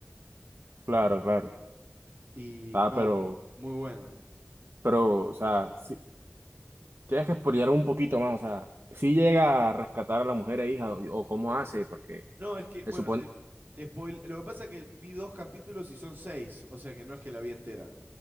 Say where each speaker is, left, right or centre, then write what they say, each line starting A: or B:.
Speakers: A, on the right; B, on the right.
A: Claro, claro.
B: Y
A: Ah,
B: no,
A: pero,
B: muy, muy buena.
A: pero, o sea, si, tienes que explorar un poquito más. O sea, si llega a rescatar a la mujer e hija o, o cómo hace, porque
B: No, es que, bueno,
A: se supone...
B: te, te spoil... Lo que pasa es que vi dos capítulos y son seis, o sea que no es que la vi entera.